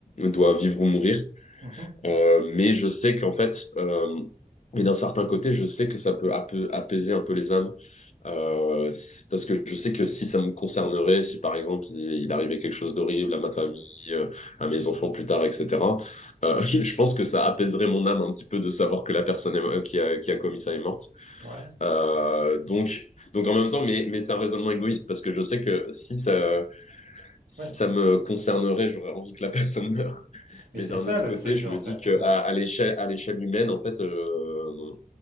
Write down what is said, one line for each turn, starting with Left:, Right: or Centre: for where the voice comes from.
Left: doit vivre ou mourir.
Right: mhm.
Left: Euh, mais je sais qu'en fait, euh, mais d'un certain côté, je sais que ça peut ape- apaiser un peu les âmes, euh, c- parce que je sais que si ça me concernerait, si par exemple il, il arrivait quelque chose d'horrible à ma famille, euh, à mes enfants plus tard, etc., euh, <laughs> je pense que ça apaiserait mon âme un petit peu de savoir que la personne est- euh, qui a, qui a commis ça est morte.
Right: Ouais,
Left: Euh, donc, donc en même temps, mais, mais c'est un raisonnement égoïste, parce que je sais que si ça, si
Right: ouais.
Left: ça me concernerait, j'aurais envie que la <laughs> personne meure.
Right: Mais
Left: Mais
Right: c'est
Left: d'un
Right: ça
Left: autre
Right: le
Left: côté,
Right: truc,
Left: je
Right: en
Left: me
Right: fait.
Left: dis que
Right: c'est-
Left: à, à l'échelle, à l'échelle humaine, en fait, euh,